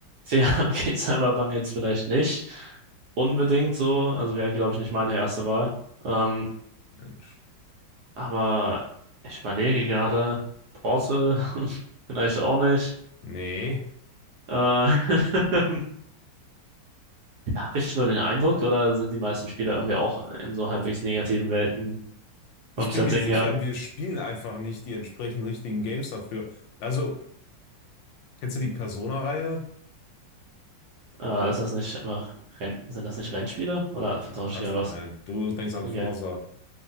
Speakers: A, on the right; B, on the left.
A: ja, <laughs> okay, Cyberpunk jetzt vielleicht nicht unbedingt so. Also wäre, glaube ich, nicht meine erste Wahl. Ähm,
B: Mensch.
A: aber ich überlege gerade, Portal <laughs> vielleicht auch nicht.
B: Nee.
A: Äh, <laughs> habe ich nur den Eindruck, oder sind die meisten Spieler irgendwie auch in so halbwegs negativen Welten
B: Ich
A: vom
B: bin
A: Setting
B: mir sicher,
A: her?
B: wir spielen einfach nicht die entsprechend richtigen Games dafür. Also, kennst du die Persona-Reihe?
A: Äh, ist das nicht einfach Renn sind das nicht Rennspiele? Oder vertausche
B: Was?
A: ich gerade was?
B: Nein, du denkst an
A: Okay.
B: Forsa.